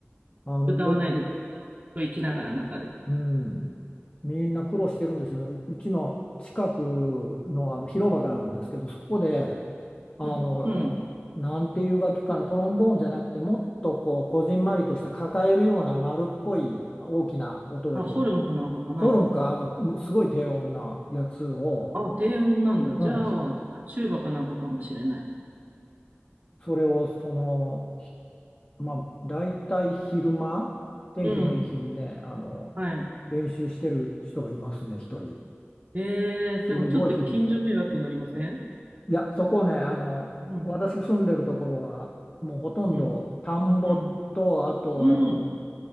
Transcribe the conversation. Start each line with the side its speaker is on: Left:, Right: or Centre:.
Left: あの、
Right: 歌わないでずっと生きながら中で。
Left: ぼ、うん、みんな苦労してるんですよね。ううちの近くの、あの広場があるんですけど、そこで、あの、
Right: うん。うん。
Left: なんていう楽器かな、トロンボーンじゃなくて、もっとこう、こじんまりとして抱えるような丸っこい大きな音が出る。
Right: まあ、ホルンかなんかかな。
Left: ホルンか、あの、むすごい低音なやつを、
Right: あ、低音なんだ。
Left: うん、
Right: じゃあ、
Left: ひ
Right: チューバかなんかかもしれない。
Left: それを、その、ひまあ、大体昼間、天気のいい日にね、
Right: うん。
Left: あの、
Right: はい。
Left: 練習してる人がいますね、一人。
Right: ええでもちょっと近所迷惑になりません
Left: すごい響いて。いや、そこね、あの、
Right: うん。
Left: 私が住んでるところは、もうほとんど田んぼと、
Right: うん。うん。
Left: あと、
Right: うん。
Left: あの、